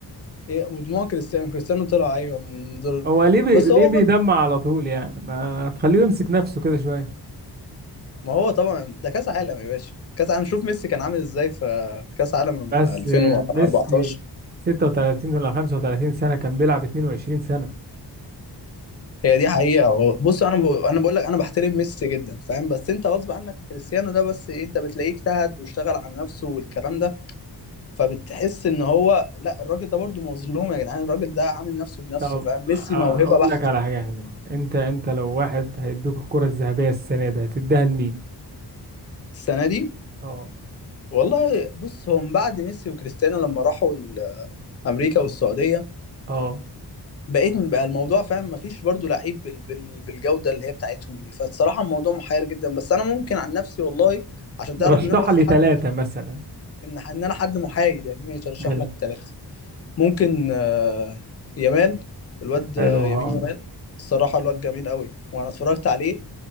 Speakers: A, on the left; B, on the right.
A: إيه ودموع كريستيانو كريستيانو طلع ايوه من دور
B: هو ليه بي...
A: بس
B: ليه
A: هو
B: بيدمع على طول يعني ما تخليه يمسك نفسه كده شوية
A: ما هو طبعا ده كاس عالم يا باشا كاس عالم شوف ميسي كان عامل ازاي في في كاس عالم
B: بس
A: 2014
B: ميسي 36 ولا 35 سنة كان بيلعب 22 سنة
A: هي دي حقيقة هو بص انا ب... انا بقول لك انا بحترم ميسي جدا فاهم بس انت غصب عنك كريستيانو ده بس إيه، انت بتلاقيه اجتهد واشتغل على نفسه والكلام ده فبتحس ان هو لا الراجل ده برضه مظلوم يا جدعان الراجل ده عامل نفسه بنفسه
B: طب
A: فاهم ميسي
B: اقول
A: موهبة بحت
B: لك على حاجه حلوه انت انت لو واحد هيدوك الكره الذهبيه السنه دي هتديها لمين
A: السنة دي
B: اه
A: والله بص هم بعد ميسي وكريستيانو لما راحوا ال- امريكا والسعودية
B: اه
A: بقيت م- بقى الموضوع فاهم مفيش برضو لعيب بال... بال... بالجودة اللي هي بتاعتهم دي فالصراحة الموضوع محير جدا بس انا ممكن عن نفسي والله عشان تعرف
B: رشح
A: ان انا بس
B: لي
A: حد
B: ثلاثه مثلا
A: ان ح- ان انا حد محايد يعني ماشي ارشح
B: حلو
A: لك ثلاثة ممكن آه، يامال الواد
B: حلو
A: آه، يمين
B: هقول
A: يامال الصراحة الواد جميل قوي وانا اتفرجت عليه